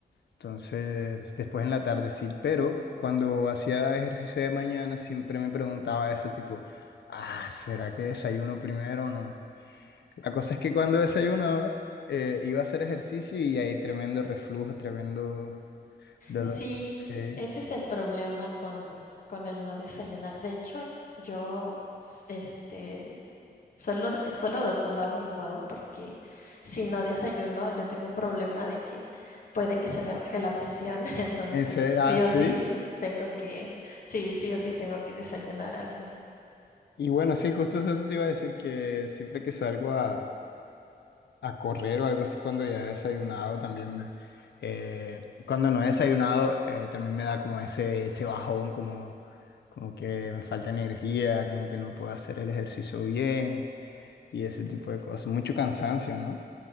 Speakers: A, on the left; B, on the left.
A: Entonces, después en la tarde sí, pero cuando hacía ejercicio de mañana siempre me preguntaba eso tipo, ah, ¿será que desayuno primero o no? La cosa es que cuando desayunaba eh, iba a hacer ejercicio y hay tremendo reflujo, tremendo dolor.
B: Sí,
A: Sí.
B: ese es el problema con, con el no desayunar. De hecho, yo s- este, Solo, de- solo de tomar un licuado porque si no desayuno, yo tengo un problema de que puede que se me baje la presión, <laughs> entonces
A: En serio,
B: sí
A: ah, sí.
B: o Claro. sí tengo que, sí, sí o sí tengo que desayunar algo.
A: Y bueno, sí, justo eso te iba a decir que siempre que salgo a, a correr o algo así cuando ya he desayunado, también me, eh, cuando no he desayunado eh, también me da como ese, ese bajón, como, como que me falta energía, como que no puedo hacer el ejercicio bien y ese tipo de cosas. Mucho cansancio, ¿no?